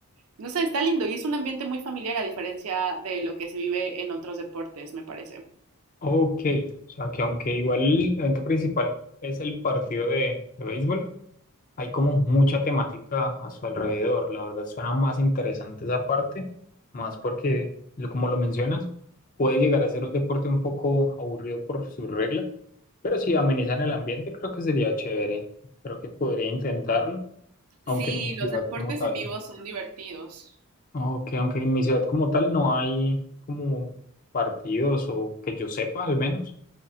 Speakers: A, on the right; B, on the left.
A: no sé, está lindo y es un ambiente muy familiar a diferencia de lo que se vive en otros deportes, me parece.
B: Ok, o sea que aunque igual el evento principal es el partido de, de béisbol, Hay como mucha temática a su alrededor. La verdad suena más interesante esa parte, más porque, lo- como lo mencionas, puede llegar a ser un deporte un poco aburrido por sus reglas, pero si amenizan el ambiente, creo que sería chévere. Creo que podría intentarlo, aunque
A: Sí,
B: en mi
A: los
B: ciudad
A: deportes
B: como tal,
A: en vivo son divertidos.
B: aunque, aunque en mi ciudad como tal no hay como partidos o que yo sepa al menos